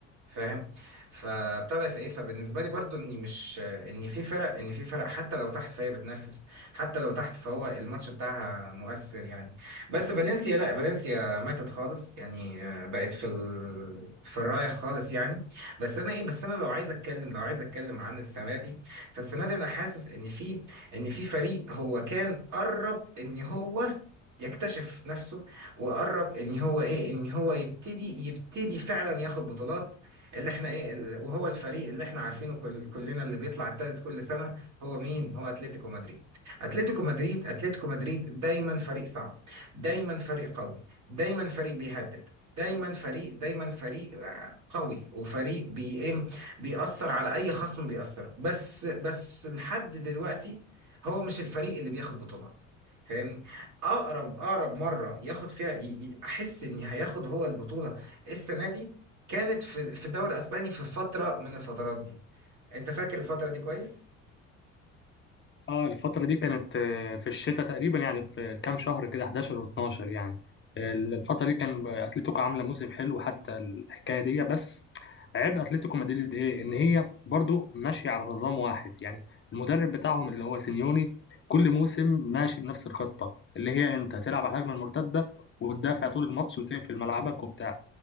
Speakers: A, on the right (about 50°); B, on the left (about 30°).
A: فاهم فابتدى في ايه فبالنسبه لي برضو اني مش ان في فرق ان في فرق حتى لو تحت فهي بتنافس حتى لو تحت فهو الماتش بتاعها مؤثر يعني بس فالنسيا لا فالنسيا ماتت خالص يعني آه، بقت في ال... في الرايح خالص يعني بس انا ايه بس انا لو عايز اتكلم لو عايز اتكلم عن السنه دي فالسنه دي انا حاسس ان في ان في فريق هو كان قرب ان هو يكتشف نفسه وقرب ان هو ايه ان هو يبتدي يبتدي فعلا ياخد بطولات اللي احنا ايه ال- وهو الفريق اللي احنا عارفينه كل كلنا اللي بيطلع التالت كل سنه هو مين هو اتلتيكو مدريد اتلتيكو مدريد اتلتيكو مدريد دايما فريق صعب دايما فريق قوي دايما فريق بيهدد دايما فريق دايما فريق آه، قوي وفريق بي إيه؟ بيأثر على اي خصم بيأثر بس بس لحد دلوقتي هو مش الفريق اللي بياخد بطولات فاهمني اقرب اقرب مره ياخد فيها ي- ي- احس ان هياخد هو البطوله السنه دي كانت في في الدوري الاسباني في فتره من الفترات دي انت فاكر الفتره دي كويس
B: اه الفترة دي كانت آه، في الشتاء تقريبا يعني في كام شهر كده 11 و12 يعني آه، الفترة دي كان اتلتيكو عاملة موسم حلو حتى الحكاية دي بس عيب اتلتيكو مدريد ايه ان هي برضو ماشية على نظام واحد يعني المدرب بتاعهم اللي هو سيميوني كل موسم ماشي بنفس الخطة اللي هي انت تلعب على الهجمة المرتدة وتدافع طول الماتش وتقفل ملعبك وبتاع